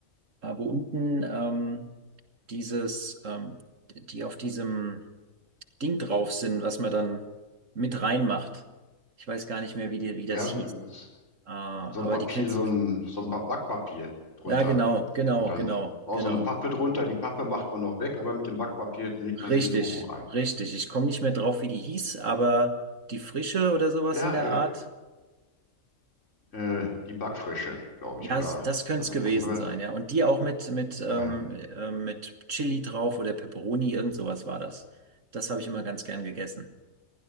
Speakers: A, on the right; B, on the left.
A: äh, wo unten ähm, dieses, ähm, die auf diesem Ding drauf sind, was man dann mit reinmacht. Ich weiß gar nicht mehr, wie, die, wie das
B: ja,
A: hieß.
B: s- s-
A: Äh, aber
B: so ein Papier,
A: die kennst
B: so ein, so ein paar Backpapier drunter.
A: Ja, genau, genau,
B: Und dann
A: genau,
B: auch
A: genau.
B: so eine Pappe drunter. Die Pappe macht man noch weg, aber mit dem Backpapier legt man
A: Richtig,
B: sie in den Ofen rein.
A: richtig. Ich komme nicht mehr drauf, wie die hieß, aber die Frische oder sowas
B: Ja,
A: in der
B: äh,
A: Art.
B: äh, die Backfrische, glaube
A: Ja,
B: ich. Oder
A: s- das
B: ist
A: könnte
B: das
A: es
B: was
A: gewesen
B: anderes?
A: sein, ja. Und die auch mit, mit, ähm,
B: Äh,
A: äh, mit Chili drauf oder Pepperoni, irgend sowas war das. Das habe ich immer ganz gern gegessen.